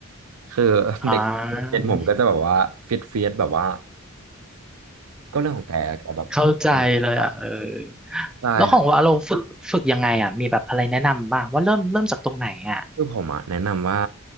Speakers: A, on the right; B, in the centre.
A: คือ <laughs>
B: อ่า
A: เด็กเรียนผมก็จะแบบว่าฟิตเฟียสแบบว่าก็เรื่องของแกแกแบบเอา
B: เข้าใจเลยอ่ะเออ
A: ได้ครับ
B: แล้วของว่าเราฝึกฝึกยังไงอ่ะมีแบบอะไรแนะนำบ้างว่าเริ่มเริ่มจากตรงไหนอ่ะ
A: คือผมอ่ะแนะนำว่า